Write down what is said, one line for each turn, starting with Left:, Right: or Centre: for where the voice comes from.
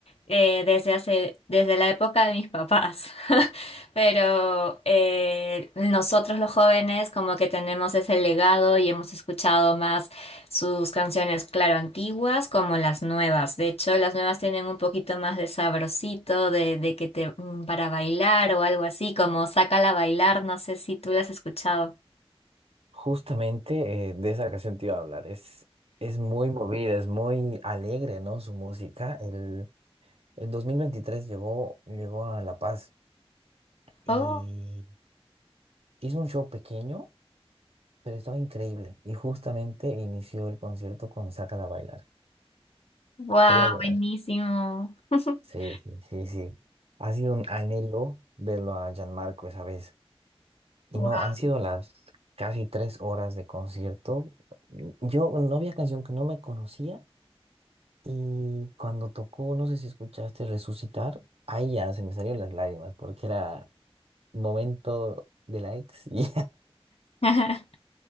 Left: desde hace, desde la época de mis papás. <laughs> Pero eh, nosotros los jóvenes como que tenemos ese legado y hemos escuchado más sus canciones, claro, antiguas como las nuevas. De hecho, las nuevas tienen un poquito más de sabrosito, de, de que te, mm, para bailar o algo así, como Sácala a bailar, no sé si tú las has escuchado.
Right: Justamente eh, de esa canción te iba a hablar. Es, es muy movida, es muy alegre, ¿no? Su música. El, el 2023 llegó, llegó a La Paz y
Left: Oh,
Right: hizo un show pequeño, pero estaba increíble. Y justamente inició el concierto con Sácala a bailar.
Left: wow,
Right: Quería llorar.
Left: buenísimo. <laughs>
Right: Sí, sí, sí, sí. Ha sido un anhelo verlo a Gianmarco esa vez. Y
Left: Wow.
Right: no, han sido las casi tres horas de concierto. Yo no había canción que no me conocía y cuando tocó, no sé si escuchaste Resucitar, ahí ya se me salieron las lágrimas porque era momento de la ex. <laughs> y-
Left: <laughs>